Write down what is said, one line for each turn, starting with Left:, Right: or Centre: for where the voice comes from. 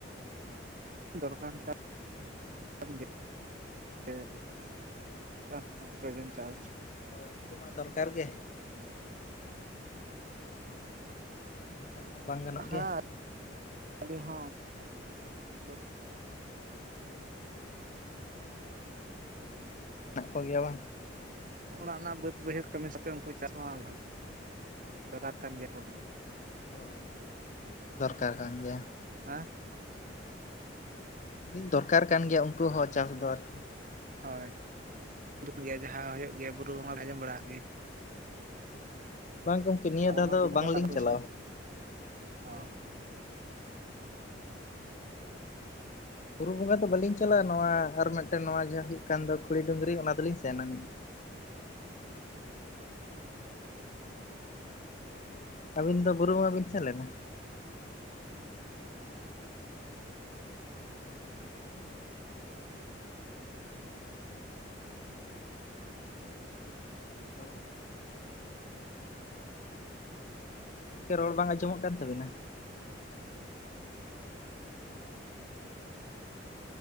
Right: ᱫᱚᱨᱠᱟᱨ ᱠᱟᱱ <inaudible> ᱠᱟᱱ ᱜᱮᱭᱟ <inaudible> <unintelligible> ᱪᱟᱥ
Left: ᱦᱳᱭ ᱩᱱᱠᱩ ᱢᱟ ᱫᱚᱨᱠᱟᱨ ᱜᱮ ᱾ ᱵᱟᱝᱠᱷᱟᱱ ᱢᱟ ᱵᱟᱝ ᱜᱟᱱᱚᱜ
Right: ᱦᱮᱸ
Left: ᱜᱮᱭᱟ᱾
Right: <unintelligible> ᱦᱚᱸ ᱩᱱᱠᱩ
Left: ᱢᱮᱱᱟᱜ ᱠᱚ ᱜᱮᱭᱟ ᱵᱟᱝ?
Right: ᱚᱲᱟᱜ ᱨᱮᱱᱟᱜ ᱵᱟᱹᱫ ᱵᱟᱹᱭᱦᱟᱹᱲ ᱠᱟᱹᱢᱤ ᱥᱟᱶᱛᱮ ᱩᱱᱠᱩ ᱪᱟᱥ ᱢᱟ ᱵᱷᱟ ᱫᱚᱨᱠᱟᱨ ᱠᱟᱱ ᱜᱮᱭᱟ ᱠᱚᱦᱚᱸ᱾
Left: ᱦᱳᱭ, ᱫᱚᱨᱠᱟᱨ ᱠᱟᱱ ᱜᱮᱭᱟ᱾
Right: ᱟᱸ
Left: ᱟᱞᱤᱧ ᱫᱚᱨᱠᱟᱨ ᱠᱟᱱ ᱜᱮᱭᱟ ᱩᱱᱠᱩ ᱦᱚᱸ ᱪᱟᱥ ᱫᱚ ᱟᱨᱠᱤ᱾
Right: ᱦᱚᱭ, <unintelligible> ᱡᱟᱸᱦᱟ ᱦᱩᱭᱩᱜ ᱜᱮᱭᱟ ᱵᱩᱨᱩ ᱵᱚᱸᱜᱟ ᱟᱸᱡᱚᱢ ᱵᱟᱲᱟᱣ ᱠᱟᱜ ᱜᱮᱭᱟ?
Left: ᱵᱟᱝ ᱜᱚᱢᱠᱮ ᱱᱤᱭᱟᱹ
Right: ᱟᱵᱚ
Left: ᱫᱷᱟᱣ
Right: ᱢᱟ
Left: ᱫᱚ
Right: ᱫᱤᱱ
Left: ᱵᱟᱝᱞᱤᱧ
Right: ᱜᱮ ᱴᱟᱠᱟ ᱯᱩᱭᱥᱟᱹ
Left: ᱪᱟᱞᱟᱣᱟ ᱦᱩᱸ
Right: ᱚᱸ
Left: ᱵᱩᱨᱩ ᱵᱚᱸᱜᱟ ᱫᱚ ᱵᱟᱹᱞᱤᱧ ᱪᱟᱞᱟᱣᱟ, ᱱᱚᱣᱟ ᱟᱨ ᱢᱤᱫᱴᱮᱱ ᱱᱚᱣᱟ ᱡᱟᱦᱟᱸ ᱦᱩᱭᱩᱜ ᱠᱟᱱ ᱫᱚ ᱠᱷᱩᱲᱤ ᱰᱩᱝᱨᱤ ᱚᱱᱟ ᱫᱚᱞᱤᱧ ᱥᱮᱱ ᱟᱱᱤᱡᱼᱟ᱾ ᱟᱹᱵᱤᱱ ᱫᱚ ᱵᱩᱨᱩ ᱵᱚᱸᱜᱟ ᱵᱤᱱ ᱥᱮᱱ ᱞᱮᱱᱟ? ᱦᱮᱞᱳᱣ ᱾ ᱜᱚᱝᱠᱮ, ᱨᱚᱲ ᱵᱟᱝ ᱟᱸᱡᱚᱢᱚᱜ ᱠᱟᱱ ᱛᱟᱵᱤᱱᱟ᱾